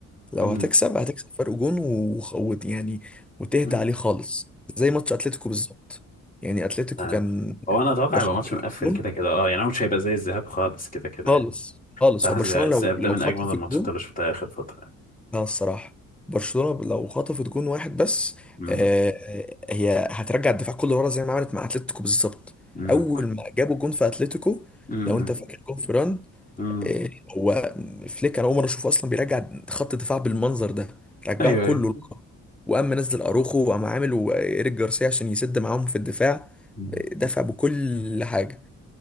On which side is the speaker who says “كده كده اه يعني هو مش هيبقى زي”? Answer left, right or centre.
Left